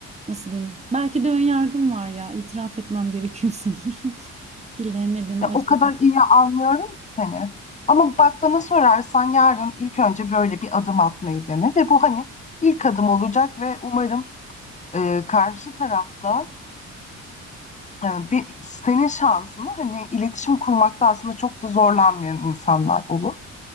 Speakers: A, on the right; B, on the left.
A: nasıl diyeyim? Belki de ön yargım var ya. itiraf etmem gerekiyor sanırım. <laughs> Bilemedim.
B: Ya,
A: Acaba
B: o kadar iyi anlıyorum ki seni. Ama bak bana sorarsan yarın ilk önce böyle bir adım atmayı dene ve bu hani ilk adım olacak ve umarım e, karşı tarafta e, bir, senin şansını hani iletişim kurmakta aslında çok da zorlanmayan insanlar olur.